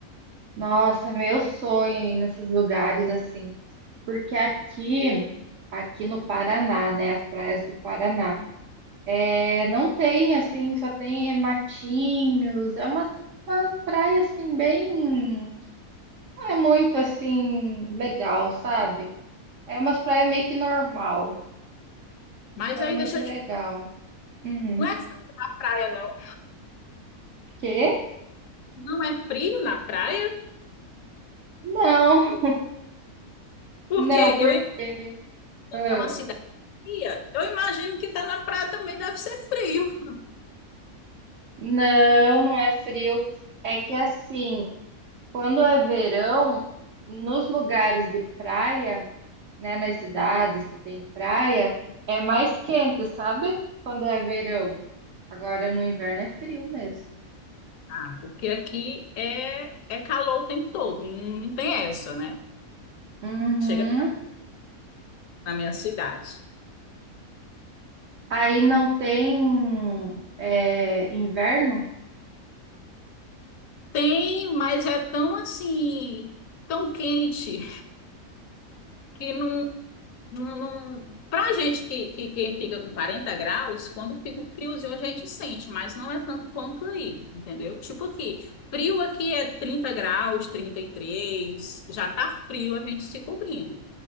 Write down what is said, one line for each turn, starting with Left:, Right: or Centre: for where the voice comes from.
Right: Nossa, meu sonho ir nesses lugares assim, porque aqui, aqui no Paraná, né, as praias do Paraná, é, não tem assim, só tem é, matinhos, é uma, uma praia assim bem, não é muito assim legal, sabe? É umas praias meio que normal,
Left: Mas
Right: não
Left: aí
Right: é muito
Left: deixa
Right: legal.
Left: eu te...
Right: Uhum.
Left: Não é frio na praia, não.
Right: Quê?
Left: Não é frio na praia,
Right: Não,
Left: porque
Right: <laughs> não,
Left: eu
Right: porque ah,
Left: é uma cidade fria. Eu imagino que tá na praia também deve ser frio.
Right: não, não é frio. É que assim Quando é verão, nos lugares de praia, né, nas cidades que tem praia, é mais quente, sabe? Quando é verão. Agora no inverno é frio mesmo.
Left: Ah, porque aqui é, é calor o tempo todo, não não tem essa, né?
Right: Uhum.
Left: Chega na minha cidade.
Right: Aí não tem é, inverno?
Left: Tem, mas é tão assim, tão quente, que não, não, não... Pra gente que, que, que fica com 40 graus, quando fica um friozinho a gente sente, mas não é tanto quanto aí, entendeu? Tipo aqui, frio aqui é 30 graus, 33 já tá frio a gente se cobrindo.